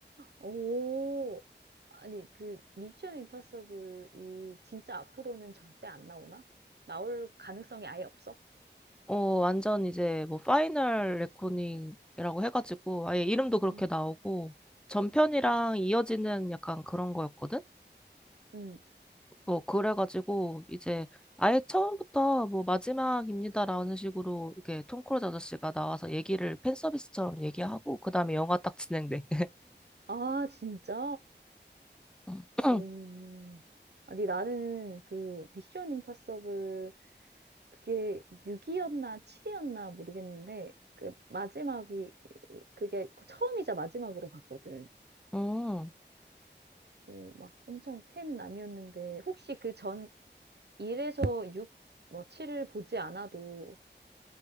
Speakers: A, on the right; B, in the centre.
A: 오. 아니, 그 미션 임파서블이 진짜 앞으로는 절대 안 나오나? 나올 가능성이 아예 없어?
B: 어, 완전 이제 뭐 파이널 레코닝이라고 해가지고 아예 이름도 그렇게
A: 아,
B: 나오고 전편이랑 이어지는 약간 그런 거였거든?
A: 응.
B: 뭐 그래가지고 이제 아예 처음부터 뭐 마지막입니다라는 식으로 이렇게 톰 크루즈 아저씨가 나와서 얘기를 팬 서비스처럼 얘기하고 그다음에 영화 딱 진행돼.
A: 아, 진짜?
B: <laughs>
A: 오. 아니, 나는 그 미션 임파서블 그게 6이었나 7이었나 모르겠는데 그 마지막이 그게 처음이자 마지막으로 봤거든.
B: 음.
A: 어, 막 엄청 팬은 아니었는데 혹시 그전 1에서 6, 뭐 7을 보지 않아도